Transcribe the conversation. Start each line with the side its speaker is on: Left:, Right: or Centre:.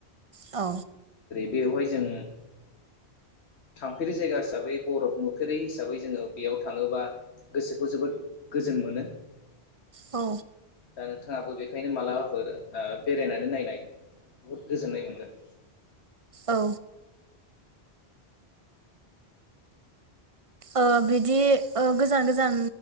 Right: औ
Left: बेवहाय जों। थामफेरि जायगा हिसाबै बरफ नुफेरै हिसाबै जोङो बेयाव थाङोबा। गोसोखौ जोबोद गोजोन मोनो।
Right: औ
Left: दा नोंथाङाबो बेखायनो मालाबाफोर ओ बेरायनानै नायनाय बुहुद गोजोननाय मोनगोन।
Right: औ। ओ बिदि ओ गोजान गोजान